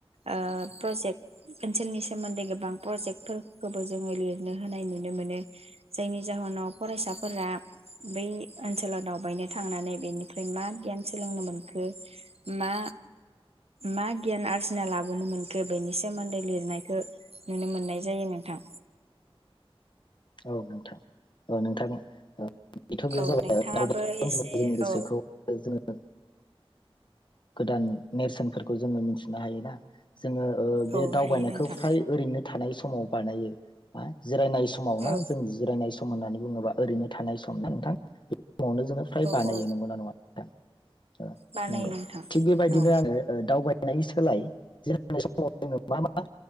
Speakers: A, on the right (about 90°); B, on the left (about 50°).
A: ओ प्रजेक्ट ओनसोलनि सोमोन्दै गोबां प्रजेक्ट फोरखौबो जोङो लिरनो होनाय नुनो मोनो जायनि जाहोनाव फरायसाफोरा बै ओनसोलाव दावबायनो थांनानै बेनिफ्राय मा गियान सोलोंनो मोनखो मा मा गियान आरजिना लाबोनो मोनखो बेनि सोमोन्दै लिरनायखौ नुनो मोननाय जायो नोंथां।
B: औ नोंथां औ नोंथां ओ। बेथ' बे
A: औ
B: जाबाय
A: नोंथाङाबो एसे
B: जोंनि गोसोखौ
A: औ
B: जोङो गोदान नेरसोनफोरखौ जोङो मिथिनो हायोना? जोङो बे
A: औ
B: दावबायनायखौ
A: हायो नोंथां
B: फ्राय ओरैनो थानाय समाव बानायो बा जिरायनाय समाव ना
A: औ
B: जों जिरायनाय सम होननानै बुङोबा ओरैनो थानाय सम ना नोंथां। समावनो जोङो फ्राय
A: औ
B: बानायो
A: औ
B: नंगौ नना नङा? <unintelligible>
A: बानायो
B: नंगौ
A: नोंथां
B: थिग बेबायदिनो
A: औ
B: आङो दावबाय गनायनि सोलाय जानाय समाव जोङो मा मा